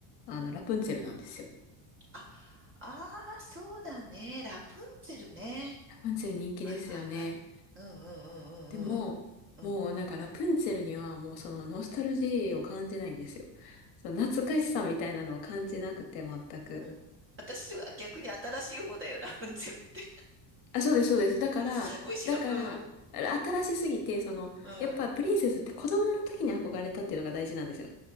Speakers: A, on the left; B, on the right.
A: あの、
B: うん。
A: ラプンツェルなんですよ。
B: あ、ああ、そうだね。ラプンツェルね。
A: ラプンツェル人気ですよね。
B: はいはいはい。うんう
A: でも、
B: んうんうんうん。
A: もうなんかラプンツェルにはもうそのノスタルジーを感じないんですよ。
B: うん
A: その懐かしさみたいなのを感じなくて全く。
B: うん。私は逆に新しい方だよ、ラプンツェルって。
A: あ、そうです、そうです。だから、
B: <laughs> むしろ、
A: だから、
B: うん。う
A: 新しすぎて、
B: ん。
A: その、
B: うん。
A: やっぱプリンセスって子供の時に憧れたっていうのが大事なんですよ。